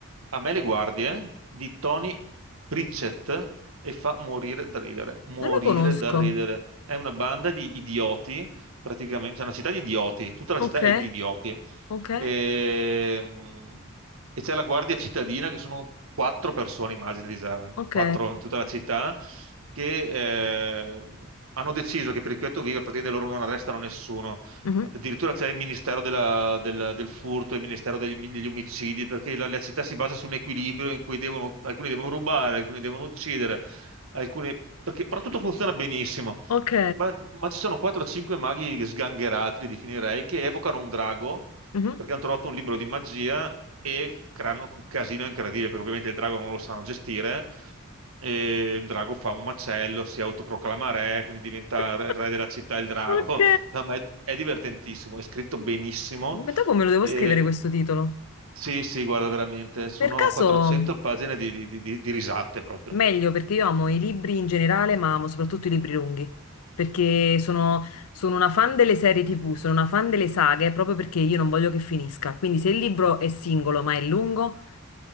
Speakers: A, on the right; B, on the left.
A: A me le guardie di Tony Pritchett e fa morire da ridere, morire
B: Non lo conosco.
A: da ridere. È una banda di idioti, praticamente, c'è una città di idioti, tutta la
B: Ok,
A: città è di idioti.
B: ok,
A: Ehm, e c'è la guardia cittadina che sono quattro persone, immagini, già,
B: ok.
A: quattro in tutta la città, che eh, hanno deciso che per il piatto vivo a partire da loro non arrestano nessuno.
B: Mhm,
A: Addirittura c'è il Ministero della- del, del furto, il Ministero degli, degli omicidi, perché la, la città si basa su un equilibrio in cui devono- alcuni devono rubare, alcuni devono uccidere, alcuni, perché, però tutto funziona benissimo.
B: Ok,
A: Ma, ma ci sono 4 o 5 maghi sgangherati, li definirei, che evocano un drago
B: mhm.
A: perché hanno trovato un libro di magia e f- creano un casino incredibile, perché ovviamente il drago non lo sanno gestire, e il drago fa un macello, si autoproclama re, quindi diventa
B: <laughs>
A: re re della città il drago.
B: Ok.
A: No, ma è, è divertentissimo, è scritto benissimo.
B: Ma dopo me lo devo
A: E,
B: scrivere questo titolo.
A: sì, sì, guarda, veramente, sono
B: Per caso...
A: 400 pagine di, di- di- di- di risate proprio.
B: Meglio perché io amo i libri in generale, ma amo soprattutto i libri lunghi, perché sono, sono una fan delle serie TV, sono una fan delle saghe proprio perché io non voglio che finisca. Quindi se il libro è singolo ma è lungo,